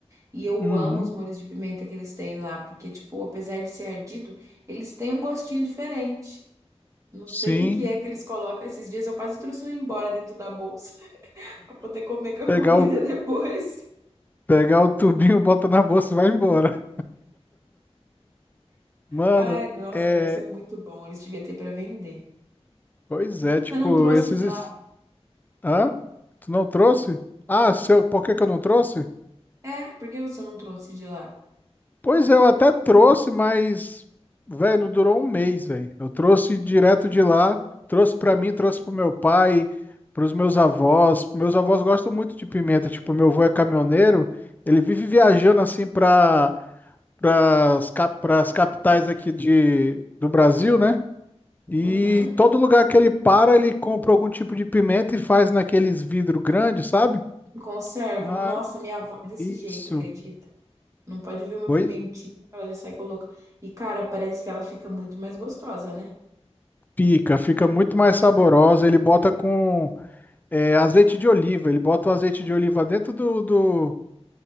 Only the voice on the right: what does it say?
E eu
amo os molhos de pimenta que eles têm lá, porque, tipo, apesar de ser ardido, eles têm um gostinho diferente. Não sei
o que que é que eles colocam esses dias. Eu quase trouxe um embora dentro da bolsa <laughs> pra poder comer com a
comida
<laughs> depois.
Ai, nossa,
deve ser muito bom. Eles deviam ter pra vender.
Você
não trouxe
de lá?
É, por que você não trouxe de lá?
Uhum.
Conserva.
Nossa, minha avó é desse
jeito, acredita? Não pode ver uma
pimentinha, ela já sai colocando. E, cara, parece que ela fica muito mais gostosa, né?